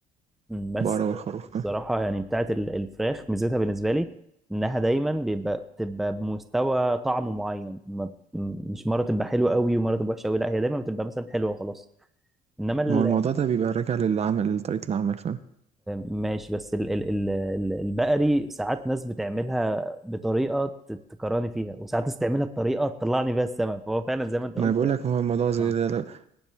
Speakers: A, in the centre; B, on the right.
A: مم. بس
B: البقرة والخروف
A: الصراحه
B: فاهم
A: يعني بتاعت ال- الفراخ ميزتها بالنسبه لي انها دايما بيبقى بتبقى بمستوى طعم معين ما- مش مره تبقى حلوه قوي ومره تبقى وحشه قوي لا هي دايما بتبقى مثلا حلوه وخلاص انما ال-
B: ما هو الموضوع ده بيبقى راجع للعمل لطريقة العمل فاهم
A: ماشي بس ال ال ال ال- البقري ساعات ناس بتعملها بطريقة ت- تكرهني فيها وساعات ناس تعملها بطريقة تطلعني بيها السما فهو فعلا زي ما انت قلت
B: ما أنا بقولك هو الموضوع زي
A: اه
B: ده ده-